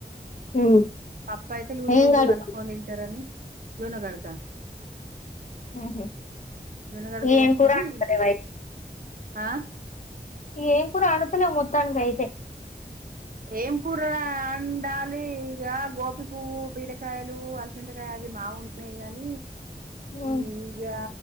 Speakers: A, on the left; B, on the right.
A: ఉమ్.
B: పప్పు అయితే లూజు
A: ఏం
B: లూజు
A: కడుగు
B: కలుపుకొని తింటారని జోన్న గడకా
A: ఉహు.
B: జొన్న గడక
A: ఏం
B: పోసుకొని
A: కూర వండుతలేవా
B: ఆ
A: ఏం కూర అండుతునవ్ మొత్తానికియితే
B: ఏం కూర అండాలి ఇగా గోబి పువ్వు బీరకాయలు అలసంతాకాయ అవి మా అవునులే గాని
A: ఉమ్.
B: ఇంకా